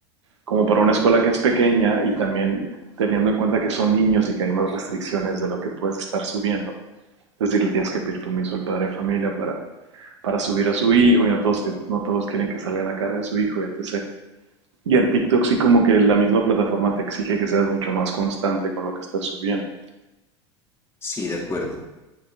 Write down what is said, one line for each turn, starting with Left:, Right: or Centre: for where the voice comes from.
Right: como para una escuela que es pequeña y también teniendo en cuenta que son niños y que hay más restricciones de lo que puedes estar subiendo. Es decir, le tienes que pedir permiso al padre de familia para, para subir a su hijo y no todos, que, no todos quieren que salga la cara de su hijo, etc. Y en TikTok sí como que la misma plataforma te exige que seas mucho más constante con lo que estás subiendo.
Left: Sí, de acuerdo.